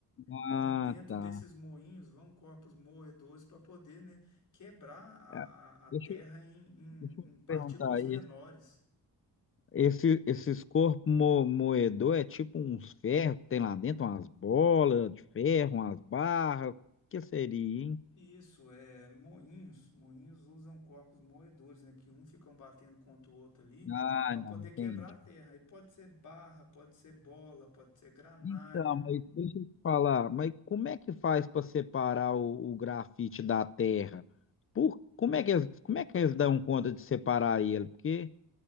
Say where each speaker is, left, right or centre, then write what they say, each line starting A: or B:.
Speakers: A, on the left (about 35°); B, on the left (about 50°).
A: Ah,
B: e dentro
A: tá.
B: desses moinhos vão corpos moedores para poder, né, quebrar a,
A: É,
B: a a terra
A: Deixa, eu-
B: em, em
A: deixa eu te
B: em partículas
A: perguntar aí.
B: menores.
A: Esse, esses corpos mo, moedor é tipo uns ferros que tem lá dentro, umas bolas de ferro, umas barras. O que seria, hein?
B: Isso, é moinhos. Moinhos usam corpos moedores, né? Que um ficam batendo contra o outro ali
A: Ah,
B: para
A: não,
B: poder
A: entendi.
B: quebrar a terra. Aí pode ser barra, pode ser bola, pode ser granalha.
A: Então, mas deixa eu te falar, mas como é que faz para separar o, o grafite da terra? Por, como é que eles, como é que eles dão conta de separar ele? Porque